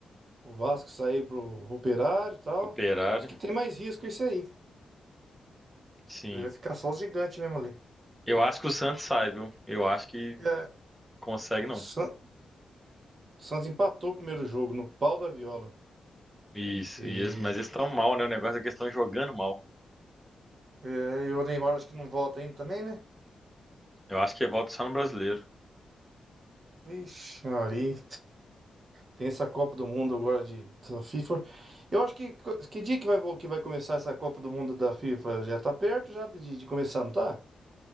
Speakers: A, on the right; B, in the centre.
A: o Vasco sair pro Operário e tal.
B: operário,
A: Os que tem mais risco é isso aí.
B: sim.
A: Vai ficar só os gigantes mesmo ali.
B: Eu acho que o Santos sai, viu? Eu acho que
A: É,
B: consegue não.
A: o San- o Santos empatou o primeiro jogo no pau da viola.
B: Isso,
A: E,
B: e eles- mas eles estão mal, né? O negócio é que eles estão jogando mal.
A: é, e o Neymar acho que não volta ainda também, né?
B: Eu acho que volta só no brasileiro.
A: Ixi, Maria. Tem essa Copa do Mundo agora de, da FIFA. Eu acho que que dia que vai, vo- que vai começar essa Copa do Mundo da FIFA? Já tá perto já de, de começar, não tá?